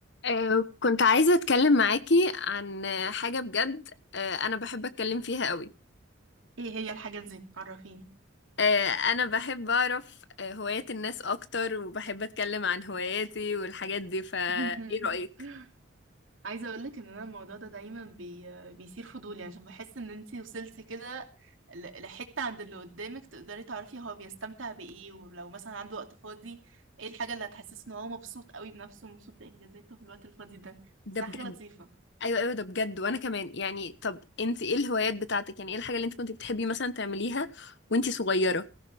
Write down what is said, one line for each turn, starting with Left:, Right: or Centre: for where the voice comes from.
Left: آه، كنت عايزة أتكلم معاكي عن آه، حاجة بجد آه، أنا بحب أتكلم فيها قوي
Right: ايه هي الحاجة دي عرفيني
Left: آه، أنا بحب أعرف آه، هوايات الناس أكتر وبحب أتكلم عن هواياتي والحاجات دي فإيه
Right: <laughs>
Left: رأيك؟
Right: عايزة اقولك ان انا الموضوع ده دايما بي... بيثير فضولي عشان بحس ان انتي وصلتي كده ل- لحتة عند اللي قدامك تقدري تعرفي هو بيستمتع بايه ولو مثلا عنده وقت فاضي ايه الحاجة اللي هتحسسه ان هو مبسوط قوي بنفسه ومبسوط بانجازاته في الوقت الفاضي ده
Left: ده
Right: بحسها
Left: بجد
Right: حاجة لطيفة
Left: أيوة أيوة ده بجد وأنا كمان يعني طب أنت إيه الهوايات بتاعتك؟ يعني إيه الحاجة اللي أنت كنت بتحبي مثلا تعمليها وأنت صغيرة؟